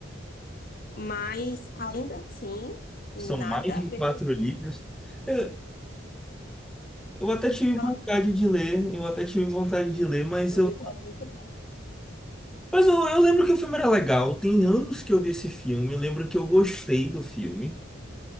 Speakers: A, on the left; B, in the centre.
A: mas ainda assim, nada
B: São mais de
A: a ver.
B: quatro livros. Eu, eu até tive
A: Pode falar,
B: vontade de ler, eu até tive vontade de ler, mas
A: o
B: eu
A: livro é muito bom.
B: Mas eu, eu lembro que o filme era legal. Tem anos que eu vi esse filme. Eu lembro que eu gostei do filme.